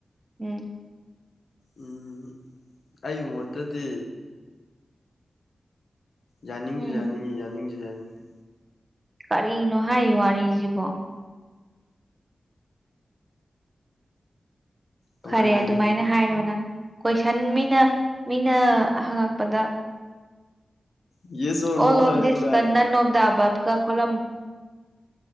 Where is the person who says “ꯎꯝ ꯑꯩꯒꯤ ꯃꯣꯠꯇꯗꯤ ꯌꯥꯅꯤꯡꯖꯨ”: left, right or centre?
Left